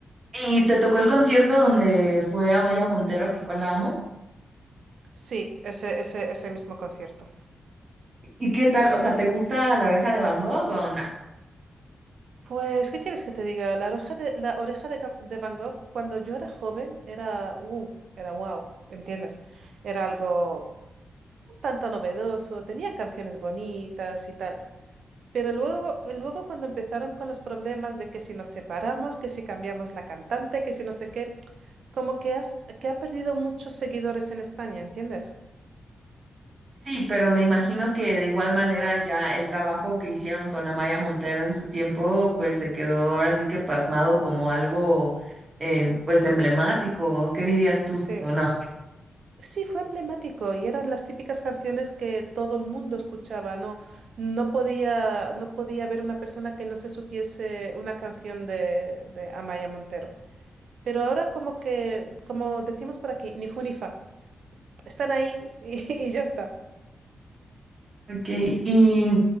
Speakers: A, on the right (about 50°); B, on the right (about 75°).
A: Y te tocó el concierto donde fue Amaya Montero, que igual la amo.
B: Sí, ese, ese, ese mismo concierto.
A: ¿Y qué tal? O sea, ¿te gusta La Oreja de Van Gogh? o no?
B: Pues, ¿qué quieres que te diga? La oreja de, la oreja de, Ga- de Van Gogh, cuando yo era joven, era uh, era wow, ¿entiendes? Era algo un tanto novedoso, tenían canciones bonitas y tal. Pero luego, luego cuando empezaron con los problemas de que si nos separamos, que si cambiamos la cantante, que si no sé qué, como que, has- que ha perdido muchos seguidores en España, ¿entiendes?
A: Sí, pero me imagino que de igual manera ya el trabajo que hicieron con Amaya Montero en su tiempo, pues se quedó ahora sí que pasmado como algo eh, pues emblemático, ¿qué dirías tú
B: Sí,
A: o no?
B: Sí, fue emblemático y eran las típicas canciones que todo el mundo escuchaba. No, no podía, no podía haber una persona que no se supiese una canción de, de Amaya Montero. Pero ahora como que, como decimos por aquí, ni fu ni fa. Están ahí y, <laughs> y ya está.
A: Ok, y